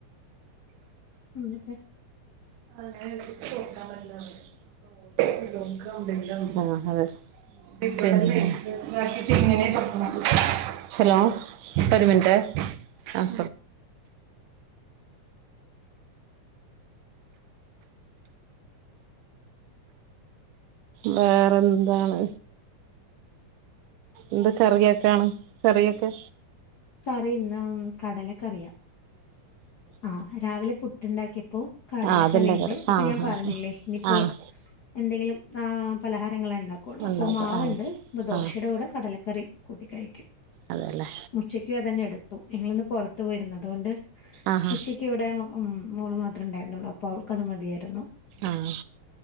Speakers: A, on the left; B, on the right.
A: എന്നിട്ട്
B: <unintelligible> ആഹ് അതെ <unintelligible> ഹലോ ഒരു മിൻ ട്ടെ <unintelligible> വേറെ എന്താണ് എന്ത കറിയൊക്കാണ് കറിയൊക്കെ
A: കറി ഇന്ന് കടല കറിയാ ആഹ് രാവിലെ പുട്ട്ണ്ടാക്കിയപ്പോ കടലക്കറിയുണ്ട്
B: ആഹ് അതിന്റെ കറി
A: അപ്പൊ
B: ആഹ്
A: ഞാൻ പറഞ്ഞില്ലേ ഇനിപ്പോ
B: ആഹ് ആഹ്
A: എന്തെങ്കിലും ആഹ് പലഹാരങ്ങള ഉണ്ടാക്കുള്ളൂ
B: ഉണ്ടാക്കും
A: അപ്പൊ മാവുണ്ട്
B: ആഹ്
A: ദോശയുടെ
B: ആഹ്
A: കൂടെ കടലക്കറി കൂട്ടി കഴിക്കും
B: അതല്ലേ
A: ഉച്ചയ്ക്കും അതന്നെ എടുത്തു ഞങ്ങളിന്ന് പുറത്ത് പോയ്രുന്നു അതുകൊണ്ട്
B: ആഹാ
A: ഉച്ചക് ക്ക്‌ ഇവിടെ മോള് മാത്രണ്ടായിരുന്നുള്ളൂ അപ്പോഅവൾക്കത് മതിയാ രുന്നു
B: ആഹ്